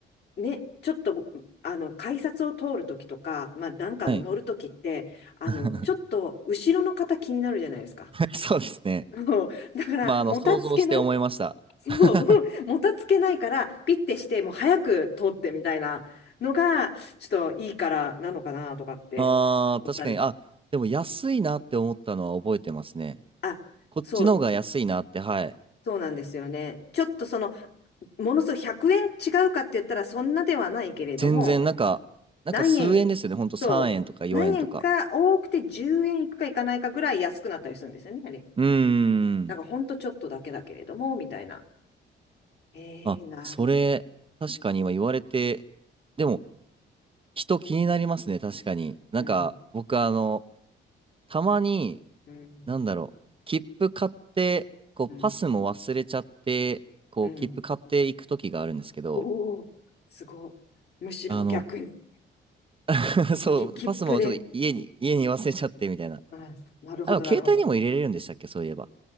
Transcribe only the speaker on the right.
はい。
<laughs>
そうですね。
まあ、あの、
想像して思いました。
<laughs>
ああ、確かに。あ、でも安いなって思ったのは覚えてますね。
こっちの方が安いなって、
はい。
全然、なんか、なんか数円ですよね。
ほんと3円とか4円とか。
うー
ん。
あ、
それ、確かに今言われて、でも、人気になりますね。確かに。なんか、
僕、あの、たまに、
なんだろう、切符買って、こう、
パスも忘れちゃって、こう、
切符買っていく時があるんですけど、
あの、<laughs> そう、
パスもちょっと家に、家に忘れちゃってみたいな。
あの、でも携帯にも入れれるんでしたっけ、
そういえば。